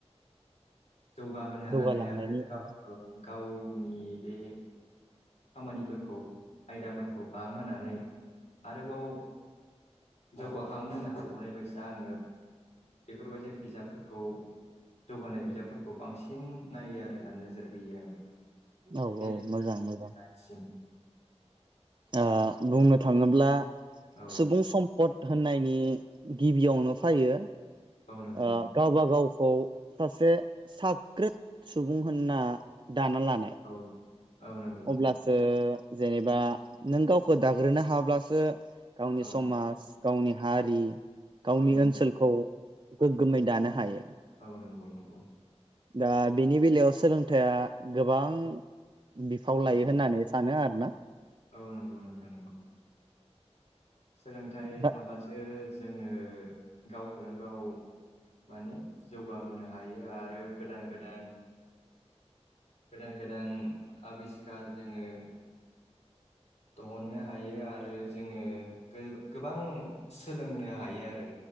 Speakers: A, on the left; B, on the right.
A: <inaudible> जौगाहोनो
B: जौगालांनायनि
A: हानाय आरो गाव
B: औ
A: गाव नि बे खामानिफोरखौ आयदाफोरखौ बांहोनानै आरोबाव जौगाखां होनो हाबावनाय बायदिसो आङो बेफोरबायदि बिजाबफोरखौ जौगानाय बिजाबफोरखौ बांसिन नायो आरो ना नोजोर होयो आङो।
B: औ
A: बे
B: औ मोजां मोजां।
A: <unintelligible>
B: ओ बुंनो थाङोब्ला
A: औ
B: सुबुं सम्पद होननायनि गिबियावनो फैयो
A: औ नंगौ
B: ओ गावब गाव औ सासे साग्रिद सुबुं होनना दाना लानाय
A: औ औ नंगौ नोंथां
B: अब्लासो जेनेबा नों गावखौ दाग्रोनो हाब्लासो गावनि
A: औ
B: समाज गावनि हारि गावनि
A: औ नंगौ
B: ओनसोलखौ गो गोमै दानो हायो।
A: औ नंगौ नंगौ।
B: दा बेनि बेलायाव सोलोंथाइया गोबां बिफाव
A: औ
B: लायो होननानै सानो आरो। ना?
A: औ नंगौ नोंथां नंगौ। सोलोंथाइ
B: दा
A: थाबासो जोंङो गावखौनो गाव माने जौगाहोनो हायो आरो गोदान गोदान गोदान गोदान आबिस्कखार जोंङो दिहुननो हायो आरो जोंङो गोबां सोलोंनो हायो आरो